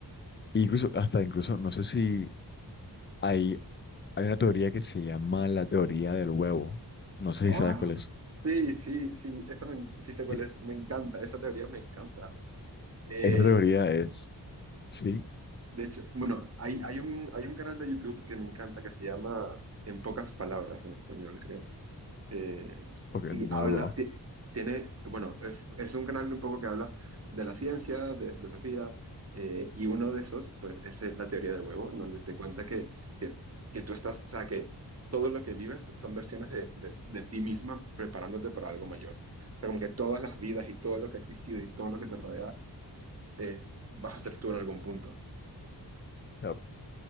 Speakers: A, on the left (about 30°); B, on the right (about 35°).
A: E incluso, hasta incluso, no sé si hay, hay una teoría que se llama la teoría del huevo. No sé
B: ¡Ah!
A: si sabes cuál es.
B: Sí, sí, sí, esa me, sí sé
A: Sí.
B: cuál es, me encanta, esa teoría me encanta. Eh,
A: Esa teoría es, sí,
B: de hecho, bueno, hay, hay un, hay un canal de YouTube que me encanta que se llama En pocas palabras en español, creo. eh,
A: ok,
B: y
A: no
B: habla,
A: lo conozco.
B: ti- tiene, bueno, es, es un canal un poco que habla de la ciencia, de filosofía, eh, y uno de esos, pues, es eh, la teoría del huevo, en donde te cuenta que, que, que tú estás, o sea, que todo lo que vives son versiones de, de, de ti misma preparándote para algo mayor. O sea, como que todas las vidas y todo lo que ha existido y todo lo que te rodea, eh, vas a ser tú en algún punto.
A: Claro.